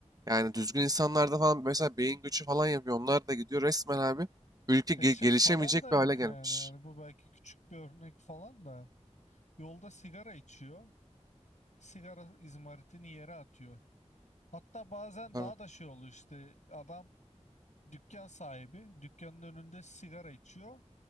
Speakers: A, on the right; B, on the left.
A: Yani düzgün insanlarda falan mesela beyin göçü falan yapıyor. Onlar da gidiyor resmen abi. Ülke ge-
B: e şey
A: gelişemeyecek
B: falan da
A: bir
B: yok
A: hale gelmiş.
B: yani. Yani bu belki küçük bir örnek falan da. Yolda sigara içiyor. Sigara izmaritini yere atıyor. Hatta bazen
A: Tabii.
B: daha da şey oluyor işte adam dükkan sahibi dükkanın önünde sigara içiyor.